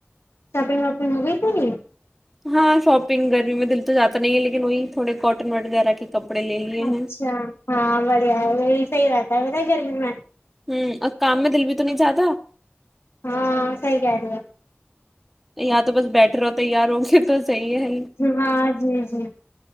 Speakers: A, on the left; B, in the centre.
A: شاپنگ واپگ ہوگئی تھ نی
B: ہاں شاپنگ گرمی میں دل تو جاتا نہیں ہے لیکن وہی تھوڑے کاٹن وغیرہ کے کپڑے لے لیے
A: اچھا
B: ہیں
A: ہاں بڑھیا ہے یہی صحی بات بیر گرمی میں
B: ہوں اور کام میں دل بھی تو نہیں جاہا
A: ہاں سحی کہ رہ ہے
B: یاار تو بس بیٹر ہو تیار ہ گے تو صحیح ہے
A: ہاں جی جی